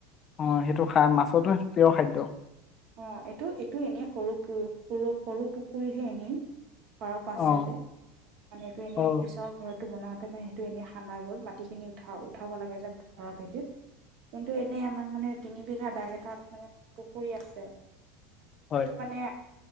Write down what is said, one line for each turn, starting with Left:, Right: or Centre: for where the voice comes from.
Left: অঁ সেইটো খায় মাছতো সেইটো প্ৰিয় খাদ্য। <unintelligible>
Right: অঁ! এইটো-এইটো এনেই সৰু-সৰু-সৰু পুখুৰীহে এনেই। <unintelligible> ঘৰৰ পাচ
Left: অ
Right: চাইডে মানে এইটো এনেই
Left: অ
Right: পিছৰ <unintelligible> ঘৰটো বনাওঁতে মানে সেইটো এনেই খান্দা গ'ল মাটিখিনি উঠা-উঠাব লাগে যে ঘৰৰ ভেটিত। <unintelligible> কিন্তু এনেই আমাৰ মানে তিনি বিঘা দাগ এটাত মানে পুখুৰী আছে। <unintelligible> <unintelligible>
Left: হয়
Right: সেইটো মানে